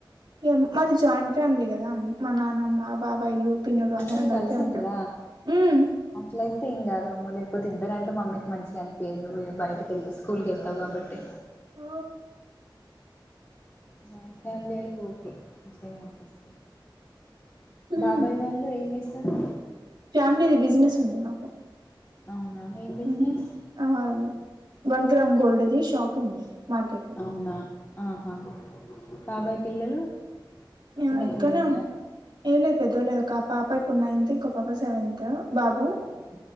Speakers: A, on the right; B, on the left.
A: ఇగ మాది జాయింట్ ఫ్యామిలీ కదా మా నానమ్మ బాబాయిలు పిన్నులు
B: అందరు
A: అందరం కలిసే
B: కల్సుంట్ర
A: ఉంటాం హ్మ్
B: అట్లైతే ఏం కాదు అమ్మో లేకపోతే ఇబ్ ద్దరంటే మమ్మీకి మంచిగానిపియద్ నువ్వు బయకి వెళ్తే స్కూల్కి వెళ్తావు కాబట్టి
A: ఆ
B: జాయింట్ ఫ్యామిలీ అయితే ఓకే మంచినే అనిపిస్తది
A: హ్మ్
B: బాబాయి వాళ్ళు ఏం చేస్తారు
A: ఫ్యామిలీది బిజినెస్ ఉంది మాకు
B: అవునా ఏం బిజినెస్
A: ఊ ఆ వన్ గ్రామ్ గోల్డ్ది షాప్ ఉంది మార్కెట్ లో
B: అవునా ఆహా బాబాయ్ పిల్లలు
A: ఎమో
B: చిన్న
A: ఇక్కనే
B: పిల్లలేనా
A: ఉం ఏ పెద్దోలే ఒక పాప పాప ఇప్పుడు నైన్త్ ఇంకో పాప సెవెంత్ బాబు
B: అవునా,